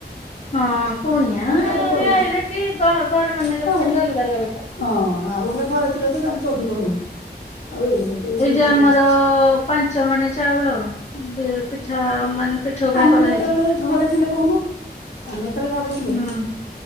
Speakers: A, on the left; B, on the left.
A: ହଁ ପୁଣିଆ
B: ତାକୁ
A: ଆହିଲେକି
B: ପଡି
A: ଘର ମ ଅଲଗା।
B: ଉଠିଲା ଆଉ ହଁ ଆଉ ଘରେ ଘରେ ଥିଲେ ତ ଜାଣିଛ ଅଧିକ ହଉ ଆଉ ଏଇରା କିଏ ବସି
A: ଏଇ
B: ବେପାର
A: ଯେ ଆମର
B: କରୁଛି
A: ପାଞ୍ଚ ମାନେ ଚାଉଳ ପିଠା ମାନେ ପିଠଉ ପାଇଁ
B: ଆମର
A: କରାହେଇଛି।
B: ଯେତେବେଳେ ଘରେ ଥିଲେ କହୁନୁ। ଆମେ ତାହେଲେ ଥିଲେ ଘରେ
A: ହୁଁ